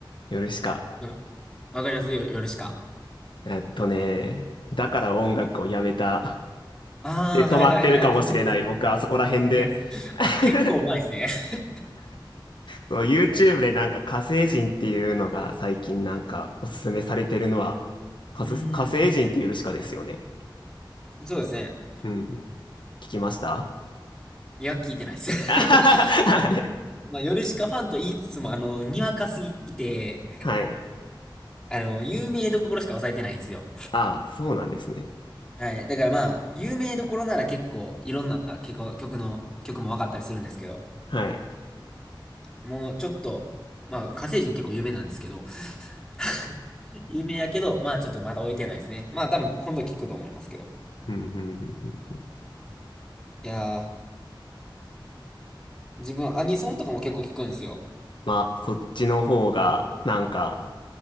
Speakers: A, on the left; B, in the centre.
A: 夜しか。
B: わわかりますよ、ヨルシカ。
A: えっとね、だから音楽をやめた。
B: ああ、
A: で、止まってるかもしれない。
B: はいはいはい、その辺ですね。
A: 僕、あそこら辺で。
B: その辺です。
A: <laughs>
B: あの結構前ですね。
A: そう、YouTube
B: <laughs> はい。
A: でなんか火星人っていうのが最近なんかおすすめされてるのは、火星火星人っていうヨルシカですよね。
B: うーん。うんそうですね。
A: うん。聞きました
B: いや、聞いてないです。
A: <laughs> は
B: <laughs> あの、まあ、ヨルシカファンと言いつつも、あの、にわかすぎて、
A: い。
B: あの、有名どころしか抑えてないんですよ。
A: ああ、そうなんですね。
B: はい。だからまあ、有名どころなら結構いろんな結構曲の、曲も分かったりするんですけど、
A: はい。
B: もうちょっと、まあ、火星人結構有名なんですけど、<laughs> 有名やけど、まあちょっとまだ置いてないですね。まあ多分今度聞くと思いますけど。
A: うんうんうんうん
B: いやー、自分アニソンとかも結構聞くんですよ。
A: まあ、そっちの方がなんか